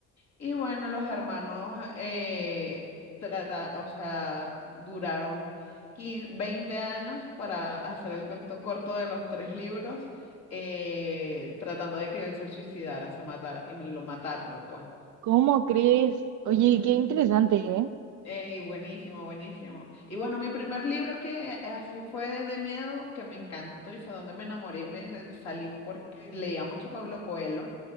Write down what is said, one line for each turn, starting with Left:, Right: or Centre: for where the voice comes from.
Left: Y bueno, los hermanos eh, trata, o sea, duraron 15 20 años para hacer el cuento corto de los tres libros, eh, tratando de que él se suicidara, se matara y lo matarlo, pues.
Right: ¿Cómo crees? Oye,
Left: Mm.
Right: qué interesante,
Left: Ujú.
Right: ¿eh?
Left: Ey, buenísimo, buenísimo. Y bueno, mi primer libro que así fue de, de miedo, que me encantó y fue donde me enamoré y me de- salí porque leía mucho Pablo Coelho,